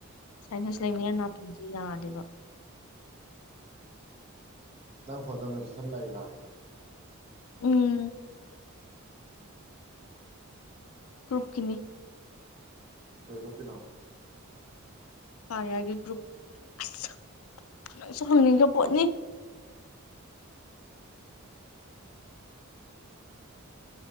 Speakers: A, on the left; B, on the right.
A: ꯁꯥꯏꯅꯤꯁ
B: ꯎꯝ
A: ꯂꯩꯅꯤꯅ ꯅꯥꯇꯣꯟꯁꯨ ꯌꯥꯗꯦꯕ
B: ꯅꯪ ꯐꯣꯟ ꯇꯧ ꯃꯦꯁꯦꯖ ꯑꯃ ꯂꯥꯛꯏꯗ
A: ꯎꯝ
B: ꯎꯝ
A: ꯀ꯭ꯔꯨꯞꯀꯤꯅꯤ
B: ꯇꯒꯨꯝ ꯀꯅꯥꯣ
A: ꯀꯥꯔꯤꯌꯥꯒꯤ ꯒ꯭ꯔꯨꯞ ꯑꯁ ꯅ ꯅꯪꯁꯨ ꯍꯪꯅꯤꯡꯕ ꯄꯣꯠꯅꯤ